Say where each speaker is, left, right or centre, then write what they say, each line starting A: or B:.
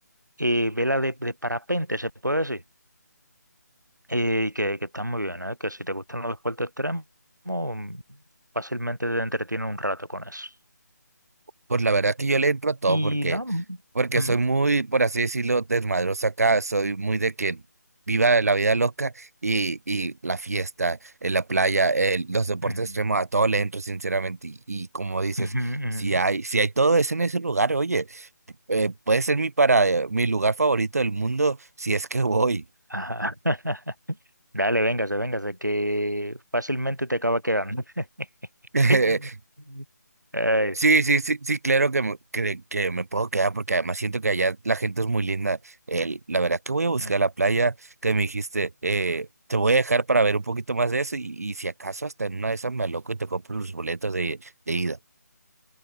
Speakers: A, on the right; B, on the right.
A: eh, vela de, de parapente, se puede decir Y que, que están muy bien, ¿eh? Que si te gustan los deportes extremos, mm, fácilmente te entretienen un rato con eso.
B: Pues la verdad que yo le entro a todo
A: Y
B: porque,
A: no.
B: porque
A: mm,
B: soy muy, por así decirlo, desmadroso acá, soy muy de que viva la vida loca y, y la fiesta, en la playa, el- los deportes
A: mm,
B: extremos, a todo le entro sinceramente. Y, y como dices,
A: mm, mm.
B: si hay, si hay todo eso en ese lugar, oye, eh, puede ser mi para, mi lugar favorito del mundo si es que voy.
A: ajá. <laughs> Dale, véngase, véngase, que fácilmente te acaba quedando.
B: <laughs>
A: <laughs> Ay,
B: Sí, sí, sí, sí, claro que me, que, que me puedo quedar porque además siento que allá la gente es muy linda. El- la verdad que voy a buscar
A: ujú.
B: la playa que me dijiste, eh, te voy a dejar para ver un poquito más de eso y, y si acaso hasta en una de esas me loco y te compro los boletos de, de ida.